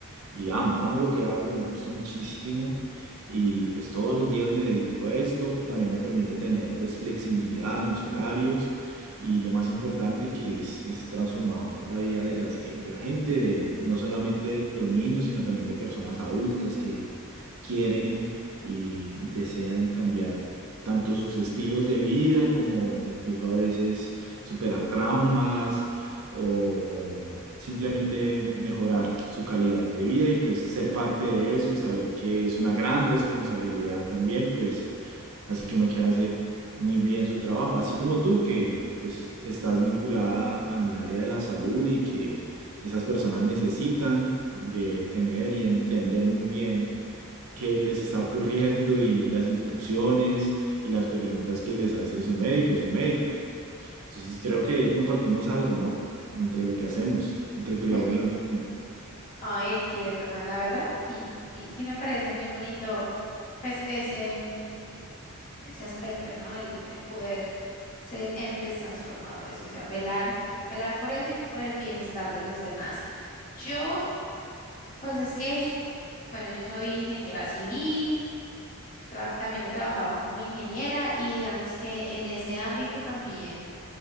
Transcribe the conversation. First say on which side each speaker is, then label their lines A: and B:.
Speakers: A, on the right; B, on the left.
A: y amo, amo lo que hago, me gusta muchísimo y pues todos los días me dedico a esto, también me permite tener pues flexibilidad en los horarios y lo más importante que es, es transformar la vida de, las, gen- de la gente, de, no solamente de los niños, sino también de personas adultas que quieren y desean cambiar tanto sus estilos de vida como incluso a veces superar traumas o simplemente mejorar su calidad de vida y pues ser parte de eso y saber que es una gran responsabilidad también, pues así que uno quiere hacer muy bien su trabajo, así como tú que pues estás vinculada al área de la salud y que esas personas necesitan de tener y entender muy bien qué les está ocurriendo y las instrucciones y las preguntas que les hace su médico, su médica. Entonces creo que ahí compartimos algo, ¿no? Entre lo que hacemos, entre tu
B: <laughs>
A: labor y la mía.
B: Ah, es cierto, Juan, la verdad, sí, sí, sí me parece muy bonito, pues ese... mm, ese aspecto, ¿no? El, el poder ser entes transformadores, o sea, velar, velar por eso y por el bienestar de los demás. Yo, pues es que, <laughs> bueno, yo soy ingeniera civil, tra- también he trabajado como ingeniera y digamos que en ese ámbito también